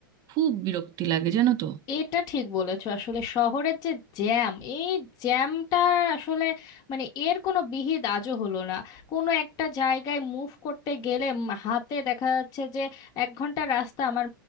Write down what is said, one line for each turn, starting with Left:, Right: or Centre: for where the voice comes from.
Right: খুব বিরক্তি লাগে জানো তো
Left: এটা ঠিক বলেছো আসলে শহরের যে জ্যাম এই জ্যামটা আসলে মানে এর কোনো বিহিত আজও হলো না কোনো একটা জায়গায় মুভ করতে গেলে উম হাতে দেখা যাচ্ছে যে এক ঘন্টা রাস্তা আমার